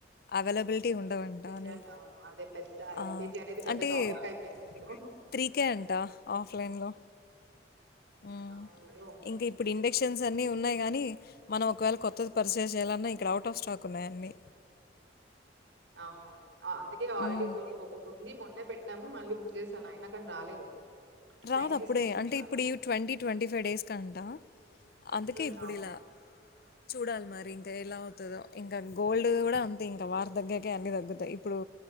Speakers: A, on the left (about 55°); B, on the right (about 75°).
A: అవైలబిల్టీ ఉండవ అంటాని
B: సిలిండర్స్ అవును అదే పెద్ద
A: అ
B: ఎల్పిజి అనేది పెద్ద
A: అంటే
B: టాపిక్ అయిపోయింది
A: <inaudible>
B: ఇప్పుడు
A: త్రీకే అంట ఆఫ్లైన్లొ ఊమ్
B: అయ్యో
A: ఇంక ఇప్పుడు ఇండక్షన్సన్నీ ఉన్నాయ్ గాని మనం ఒకవేళ కొత్తది పర్చేస్ జేయాలన్నా ఇక్కడ ఔటాఫ్ స్టాకున్నాయన్ని.
B: ఔనవ్ను అందుకే ఆల్రెడీ
A: హ్మ్.
B: ఇంకొట్ ఒక ఒకటుంది మొన్నే పెట్ టాము మళ్ళీ బుక్ జేసాను అయ్నా కాన్ రాలేదు.
A: రాదప్పుడే
B: టైం తీసుకుంటున్నారు
A: అంటె
B: చాలా
A: ఇప్పుడు ఈ ట్వంటీ ట్వంటీ ఫైవ్ డేస్ కంతా అందుకే
B: ఉమ్,
A: ఇప్పుడిలా
B: అవును
A: చూడాల్ మరి ఇంక ఎలా ఔతదో. ఇంక గోల్డ్ ది గూడా అంతె ఇంక వార్ తగ్గాకే అన్నీ తగ్గుతయ్ ఇప్పుడు